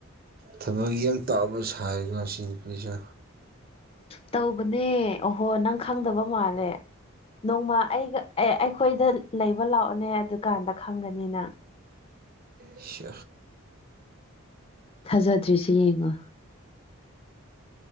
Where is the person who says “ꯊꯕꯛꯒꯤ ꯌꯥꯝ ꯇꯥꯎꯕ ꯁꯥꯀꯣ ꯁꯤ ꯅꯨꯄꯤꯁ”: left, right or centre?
Right